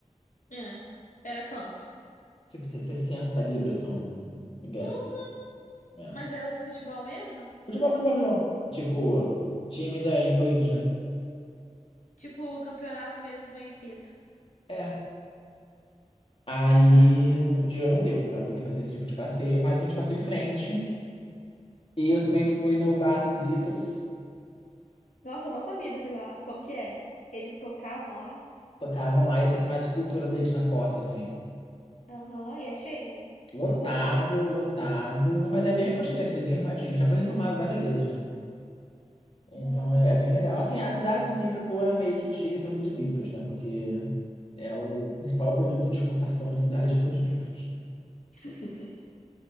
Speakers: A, on the left; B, on the left.
A: É. Era quanto?
B: Tipo, se- 60 libras um ingresso.
A: Hum,
B: né?
A: Mas era futebol mesmo?
B: Futebol, futebol, futebol. Tipo, times é ingleses, né?
A: Tipo, campeonato mesmo conhecido.
B: é Aí
A: Tá.
B: não, o dinheiro não deu para poder fazer esse tipo de passeio, mas a gente passou em frente. E eu também fui no bar dos Beatles,
A: Nossa, eu não sabia desse bar. Como que é? Eles tocavam lá?
B: tocavam lá e tem mais escultura deles na porta, assim.
A: Aham, e é cheio.
B: Lotado,
A: Famoso.
B: lotado, mas é bem aconchegante, é bem arrumadinho. Já foi reformado várias vezes, né? Então
A: Ah.
B: é, é bem legal. Assim, a cidade de Liverpool, ela meio que gira em torno de Beatles, né? Porque é o principal produto de exportação da cidade <laughs> foram os Beatles.
A: <laughs>